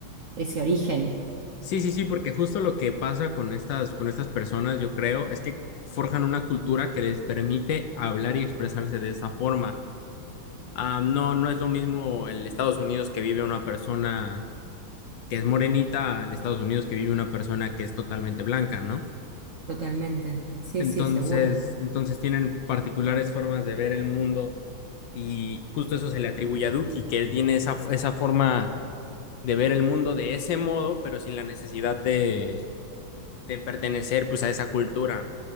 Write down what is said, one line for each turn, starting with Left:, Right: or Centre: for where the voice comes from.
Right: ese origen.
Left: Sí, sí, sí, porque justo lo que pasa con estas, con estas personas, yo creo, es que forjan una cultura que les permite hablar y expresarse de esa forma. Ah, no, no es lo mismo el Estados Unidos que vive una persona que es morenita al Estados Unidos que vive una persona que es totalmente blanca, ¿no?
Right: Totalmente. Sí,
Left: Entonces,
Right: sí, seguro.
Left: entonces tienen particulares formas de ver el mundo y justo eso se le atribuye a Duki, que él tiene esa, esa forma de ver el mundo de ese modo, pero sin la necesidad de, de pertenecer pues a esa cultura.